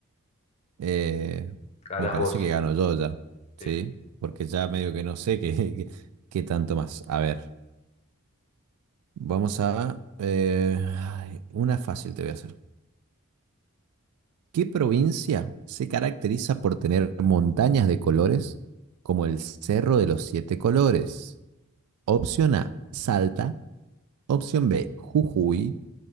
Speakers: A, on the right; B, on the left.
A: eh,
B: Ganas
A: me parece
B: vos.
A: que gano yo ya,
B: Sí.
A: ¿sí? Porque ya medio que no sé qué, qué- qué tanto más. A ver, vamos a... eh, ay, una fácil te voy a hacer. ¿Qué provincia se caracteriza por tener montañas de colores como el Cerro de los Siete Colores? Opción A, Salta. Opción B, Jujuy.